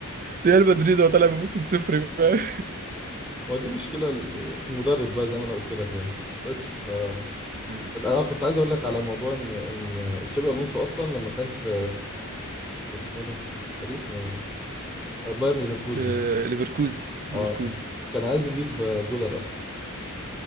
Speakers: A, on the right; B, in the centre.
A: ريال مدريد هو طالع بموسم صفر فاهم؟
B: ما دي مشكله المدرب بقى زي ما انا قلت لك يعني بس ف
A: <laughs>
B: انا كنت عايز اقول لك على موضوع ان ان تشابي الونسو اصلا لما كان في كان اسمه إيه ده الفريق اسمه ايه آه، بايرن ليفركوزن
A: آه، ليفركوزن ليفركوزن
B: اه كان عايز يجيب آه، جولر اصلا